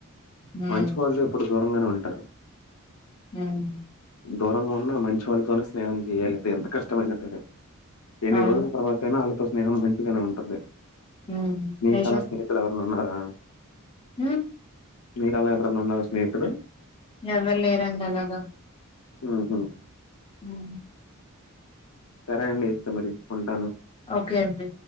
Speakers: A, on the left; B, on the left.
A: హ్మ్.
B: మంచి వాళ్ళు ఎప్పుడు దూరంగానే ఉంటారు
A: ఉమ్
B: దూరంగా ఉన్నా మంచి వాళ్ళతోనే స్నేహం చేయ్యలేదు ఎంత కష్టమైన సరే ఎన్ని
A: అవును.
B: రోజుల తర్వాత అయినా ఆళ్ళతో స్నేహం మంచిగానే ఉంటుంది
A: హుమ్ లే
B: స్నేహితులు ఎవరైనా ఉన్నారా
A: హ్మ్
B: మీ దాంట్లో ఎవరైనా ఉన్నారా స్నేహితులు
A: ఎవరు లేరండి అలాగా
B: హూ హూ
A: ఉ
B: సరే అండి ఇంక మరి ఉంటాను
A: ఓకే అండి